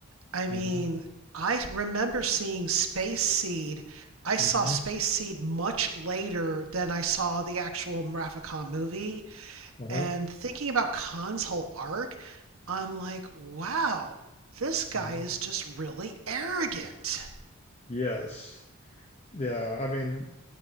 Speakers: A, on the right; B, on the left.
A: I mean,
B: hmm
A: I remember seeing Space Seed. I
B: hmm
A: saw Space Seed much later than I saw the actual Mraficon movie.
B: Uh-huh.
A: And thinking about Khan's whole arc, I'm like, wow, this guy
B: hmm
A: is just really arrogant.
B: Yes. Yeah. I mean,